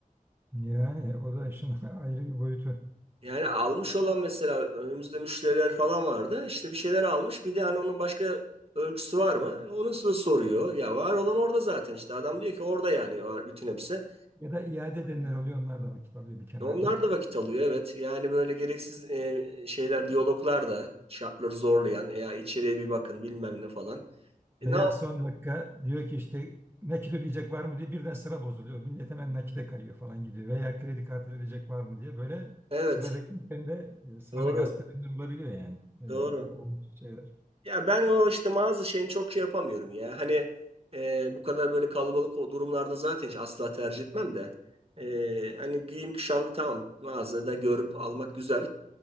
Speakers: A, on the right; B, on the right.
A: Yani o da işin <laughs> ayrı bir boyutu.
B: Yani almış olan mesela önümüzde müşteriler falan vardı. İşte bir şeyler almış. Bir de hani onun başka ölçüsü var mı? Onu size soruyor. Ya var olan orada zaten işte. Adam diyor ki orada yani var bütün hepsi.
A: Ya da iade edenler oluyor onlar da vakit alıyor bir kenarda.
B: Onlar da vakit alıyor evet. Yani böyle gereksiz e, şeyler, diyaloglar da şartları zorlayan "E ya içeriye bir bakın bilmem ne falan. E,
A: Veya
B: ne yap-
A: son dakika diyor ki işte nakit ödeyecek var mı diye birden sıra bozuluyor. Millet hemen nakite kayıyor falan gidiyor. Veya kredi kartı ödeyecek var mı diye böyle
B: Evet,
A: sıra beklerken de e, sıranı
B: doğru,
A: gasp edenler olabiliyor yani. Böyle
B: doğru.
A: o- o şeyler.
B: Ya ben o işte bazı şeyini çok şey yapamıyorum ya. Hani e, bu kadar böyle kalabalık o durumlarda zaten hiç asla tercih etmem de. E, hani giyim kuşamda tamam mağazada görüp almak güzel.